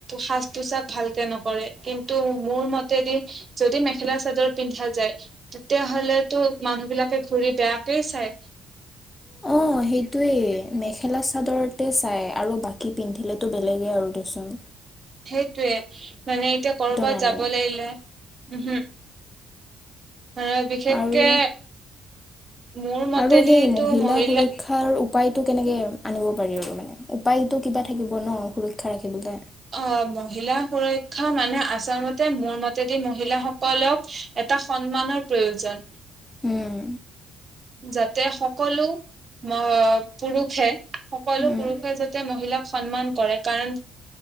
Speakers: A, on the right; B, on the left.
A: সাজ -পোছাক ভালকে নকৰে, কিন্তু মোৰ মতেদি যদি মেখে খেলা -চাদৰ পিন্ধা যায়, তেতিয়াহ'লেটো মানুহ বিলাকে ঘুৰি বেয়াকেই চায়।
B: অ' সেইটোৱেই, মেখেলা- চাদৰতে চাই আৰু বাকী পিন্ধিলে সেইটো বেলেগে আৰু দে চোন।
A: সেইটোৱেই মানে এতিয়া ক'ৰবাত
B: নাই
A: যাব
B: মানে।
A: লাগিলে, উহু। আৰু বিশেষকে
B: আৰু
A: মোৰ মতেদিটো
B: আৰু সেই
A: মহিলা
B: সুৰক্ষাৰ উপায়টো কেনেকে আনিব পাৰি আৰু মানে উপায়টো কিবা থাকিব ন সুৰক্ষা ৰাখিবলৈ
A: অ' মহিলা পৰাই মানে আচলতে মোৰ মতেদি মহিলাসকলক এটা সন্মানৰ প্ৰয়োজন।
B: উম
A: যাতে সকলো ম পুৰুষে সকলো
B: উম
A: পুৰুষে যাতে মহিলাক সন্মান কৰে কাৰণ,